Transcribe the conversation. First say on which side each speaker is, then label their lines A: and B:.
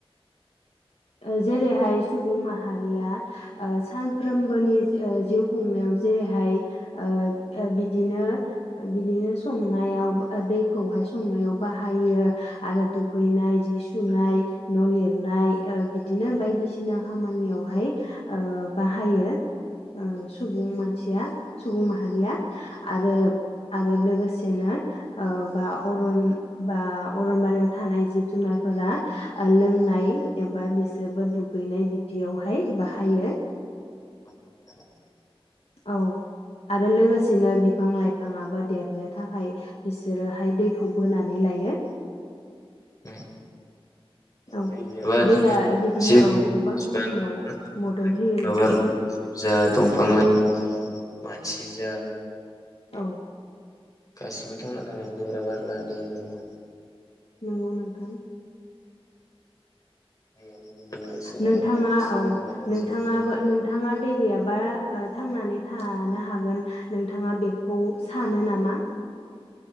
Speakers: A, on the left; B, on the left.
A: ओ जेरैहाय सुबुं माहारिया ओ सानफ्रोमबोनि ओ जिउ खुंनायाव जेरैहाय ओ बिदिनो ओ बिदिनो संनायाव दैखौहाय संनायाव बाहायो आरो दुगैनाय जि सुनाय न लिरनाय ओ बिदिनो बाय दिसिना खामानियावहाय ओ बाहायो ओ सु सुबुं मानसिया सुबुं माहारिया आरो आरो लोगोसेनो ओ बा अरन बा अरनबारियाव थानाय जिब जुनारफोरा ओ लोंनाय एबा बिसोरबो दुगैनाय बिदियावहाय बाहायो।
B: <unintelligible>
A: औ आरो लोगोसेनो बिफां लाइफाङाबो देरनो थाखाय बिसोरोहाय दैखौ बोनानै लायो।
B: उम
A: औ
B: दै गैयाबा
A: दैया
B: जिखुनु
A: बिदिनो औ गोबां
B: जिबानो
A: खामानियाव
B: थांना थानायनि
A: मदद
B: थाखाय गोब्राब
A: होयो नोंथां
B: आरो ना जिब जा दंफां लाइफां जा मानसि गिजा
A: औ
B: गासिबो थांना थानाया गोब्राब आर ना दै गैयाबा।
A: नंगौ नोंथां।
B: दैयानो गुबै मानसिनि थाखाय
A: नोंथाङा
B: गोनांसिन
A: औ
B: बा
A: नोंथाङाबो
B: जिब जुनार
A: नोंथाङा दै गैयाबा ओ थांनानै थानो हागोन नोंथाङा बेखौ सानो नामा?